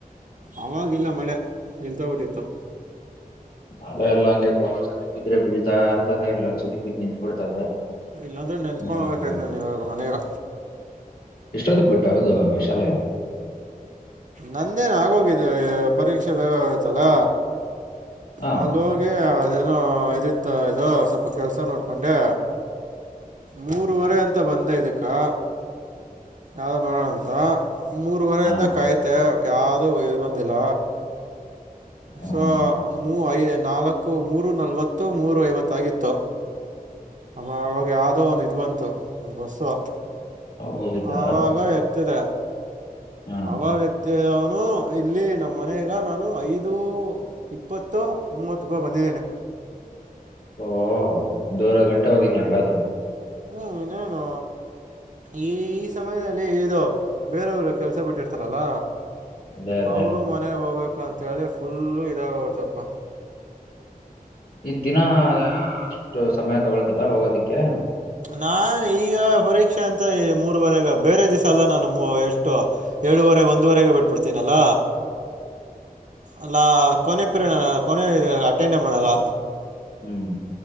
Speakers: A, on the right; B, on the left.
A: ಆವಾಗಿಲ್ಲ ಮಳೆ ನಿಲ್ತಾಬಿಟ್ಟಿತ್ತು
B: ಮಳೆಲ್ಲ ಹಂಗೆಿದ್ರೆ ಬೀಳ್ತಾ ಆರ್ತದೇ ಇಲ್ಲ ತಿಗ್ ಬಿದ್ದು ನಿತ್ಬಿಡ್ತದೆ
A: ಇಲ್ಲಾಂದರೆ ನೆಂತ್ಕೊಂಡು
B: ಹೇಳಕ್ಕೆ
A: ಹೋಗ್ಬೇಕಾಯ್ತು
B: ಆಗಲ್ಲ
A: ನಾನು ಇವಾಗ ಮನೆಗೆ
B: ಎಷ್ಟೊತ್ತಕ್ ಬಿಟ್ಟೆ ಹೌದು ಶಾಲೆ
A: ನಂದೇನ್ ಆಗೋಗಿದೆ ಪರೀಕ್ಷೆ ಬೇ ಆಯತಲ್ಲ
B: ಹಾ
A: ಅಲ್ಲಿ ಹೋಗಿ ಅದೇನೋ ಇದಿತ್ತ ಇದು ಸ್ವಲ್ಪ ಕೆಲ್ಸ ನೋಡ್ಕೊಂಡೆ ಮೂರುವರೆ ಅಂತ ಬಂದೆ ಇದಕ್ಕೆ ಯಾವ್ದೋ ನೋಡೋಣಂತ ಮೂರ್ವರೆ
B: ಹಾ
A: ಇಿಂದ ಕಾಯ್ತೆ ಯಾವ್ದೋ ಇಲ್ ಬಂದಿಲ್ಲ
B: ಹಾ
A: ಸ ಮೂ ಐ ನಾಲ್ಕು ಮೂರು ನಲ್ವತ್ತು ಮೂರು ಐವತ್ತ ಆಗಿತ್ತು ಅಮ್ಮ ಅವಾಗ ಯಾವ್ದೋ ಒಂದು ಇ್ ಬಂತು ಬಸ್ಸು
B: ಹೋಗಿದ್ದ
A: ಆವಾಗ ಎತ್ತಿದೆ
B: ಹಾ
A: ಅವಾಗ ಅವನು ಇಲ್ಲಿ ನಮ್ಮ ಮನೆಗ ನಾನು ಐದು ಇಪ್ಪತ್ತು ಮೂವತ್ಗ ಬಂದ ತನ್
B: ಓಹ ಒಂದೂರೆ ಗಂಟೆ ಹೋಗಿದ ಹಂಗಾದ್ರ
A: ಹ್ಮ್ ಇನೇನು ಈ ಈ ಸಮಯದಲ್ಲಿ ಇದು ಬೇರೆಯವರು ಕೆಲ್ಸ ಬಿಟ್ಟಿರ್ತಾರಲ್ಲ
B: ಅದೇ ಅದೇ
A: ಅವರುೂ ಮನೆಗೆ ಹೋಗ್ಬೇಕು ಅಂತೇಳಿ ಫುಲ್ಲು ಇದಾಗ ಹೊತಪ್ಪ
B: ಈ ದಿನ ಅಷ್ಟು ಸಮಯ ತಗೊಳ್ತದ ಹೋಗೋದಿಕ್ಕೆ
A: ನಾನ್ ಈಗ ಪರೀಕ್ಷೆ ಅಂತ ಮೂರವರೆಗ ಬೇರೆ ದಿವಸ ಅಲ್ಲ ನಾನು ಎಷ್ಟು ಏಳುವರೆ ಒಂದುವರೆಗೆ ಬಿಟ್ಬಿಡ್ತೀನಲ್ಲ ಅಲ್ಲ ಕೊನೆ ಪ್ರರಿ ಕೊನೆ ಇ ಅಟೆಂಡೇ ಮಾಡಲ್ಲ
B: ಹ್ಮ್